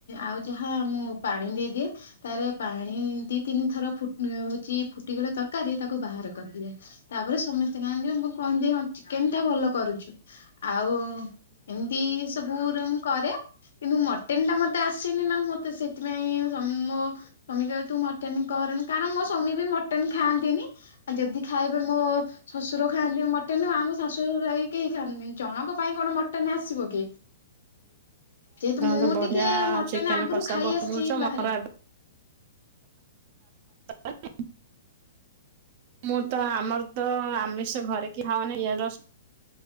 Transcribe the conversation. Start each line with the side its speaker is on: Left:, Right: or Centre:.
Left: ଆଉ ଯାହା ମୁ ପାଣି ଦେଇଦିଏ ତାର ପାଣି ଦି ତିନି ଥର ଫୁ ହଉଛି ଫୁଟି ଗଲା ତରକାରୀ ତାକୁ ବାହାର କରିଦିଏ। ତାପରେ ସମସ୍ତେ କହନ୍ତି ମୁଁ କହନ୍ତି ହଁ ଚେକେନ ଟା ଭଲ କରୁଛୁ ଆଉ ଏମ ତି ସବୁ ମୁଁ କରେ କିନ୍ତୁ ମଟେନ ଟା ମତେ ମତେ ଆସିନି ନା ମତେ ସେଥିପାଇଁ ସ୍ୱାମୀ ମୋ ସ୍ୱାମୀ କହନ୍ତି <unintelligible> ମାଟେନ କରନି କାରଣ ମୋ ସ୍ୱାମୀ ବି ମଟେନ୍ ଖାଆନ୍ତିନି ଆଉ ଯଦି ଖାଇବେ ମୋ ଶ୍ୱଶୁର ଖାଆନ୍ତି ମୋଟେନ ଆମ ଶାଶୁରାଇ କେହି ଖାନ୍ତିନି। ଜଣଙ୍କ ପାଇଁ କଣ ମଟନ ଆସିବ କି? ଯେହେତୁ ମୁଁ
Right: ତ ବଢିଆ
Left: ଟିକେ ମଟନ
Right: ଚିକେନ
Left: ଆଗରୁ
Right: କଷା
Left: ଖାଇ
Right: ବନଉଛ
Left: ଆସିଛି
Right: ମୋର
Left: ବାହାରେ
Right: ଏବେ ଆଛା। ମୁଁ ତ ଆମର ତ ଆମେଷ ଘରେ କି ହଉନିଇ ପିଆଜ ରସୁଣ